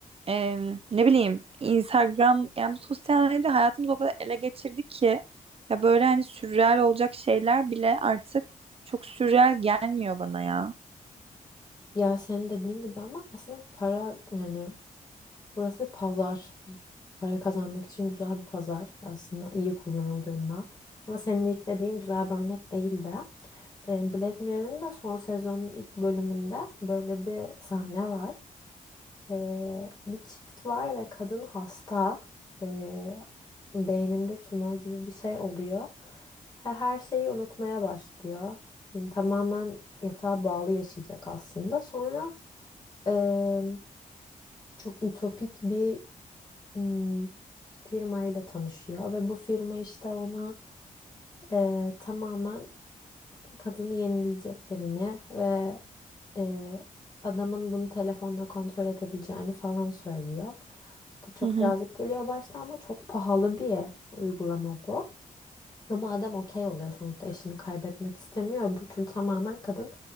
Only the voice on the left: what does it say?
Ya senin dediğin gibi ama aslında para yani burası bir pazar. Para kazanmak için güzel bir pazar aslında iyi kullanıldığında. Ama senin ilk dediğin güzel bir örnek değildi. E, Black Mirror'ın da son sezonun ilk bölümünde böyle bir sahne var. Ee, bir çift var ve kadın hasta. Ee, beyninde tümör gibi bir şey oluyor. Her, her şeyi unutmaya başlıyor. Yani tamamen yatağa bağlı yaşayacak aslında. Sonra ee, çok ütopik bir hmm, firmayla tanışıyor ve bu firma işte ona ee, tamamen kadını yenileyeceklerini ve Ee, adamın bunu telefonla kontrol edebileceğini falan söylüyor. İşte çok
cazip geliyor başta ama çok pahalı bir uygulama bu. Ama adam okey oluyor sonuçta eşini kaybetmek istemiyor. Öbür türlü tamamen kadın